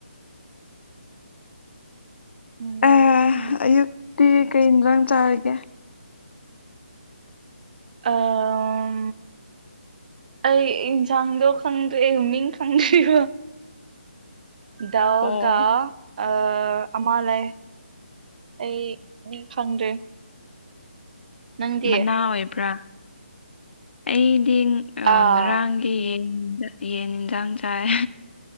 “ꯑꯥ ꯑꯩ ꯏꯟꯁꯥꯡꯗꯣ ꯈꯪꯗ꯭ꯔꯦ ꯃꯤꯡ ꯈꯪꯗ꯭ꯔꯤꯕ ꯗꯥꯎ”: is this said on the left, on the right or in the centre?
Right